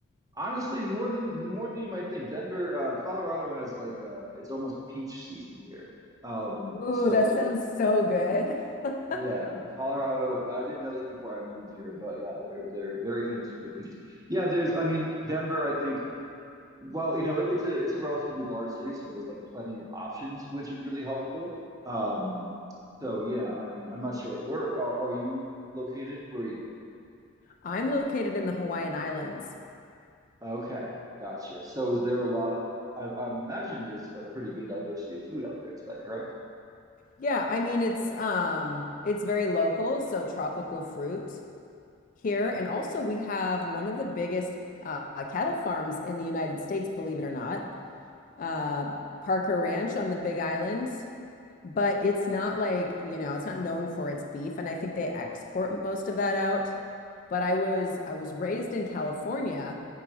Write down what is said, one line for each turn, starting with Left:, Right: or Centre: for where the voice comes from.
Right: Honestly, more than more than you might think. Denver, uh, Colorado has like uh it's almost peach season here. Um,
Left: Ooh,
Right: so
Left: that sounds so good. <laughs>
Right: yeah, the Colorado, I didn't know this before I moved here, but yeah, they're they're very famous for their peaches. Yeah, there's I mean, Denver, I think, well, you know, it, it's a it's a relatively large city, so there's like plenty of options, which is really helpful. Um, so yeah, I mean, I'm not sure. Where are, are you located? Where are you located?
Left: I'm located in the Hawaiian Islands.
Right: Okay, gotcha. So is there a lot of I, I'm imagining there's a pretty good diversity of food out there. Is that correct?
Left: Yeah, I mean it's um it's very local, so tropical fruit here, and also we have one of the biggest uh, cattle farms in the United States, believe it or not. uh, Parker Ranch on the Big Island, but it's not like, you know, it's not known for its beef, and I think they export most of that out. But I was I was raised in California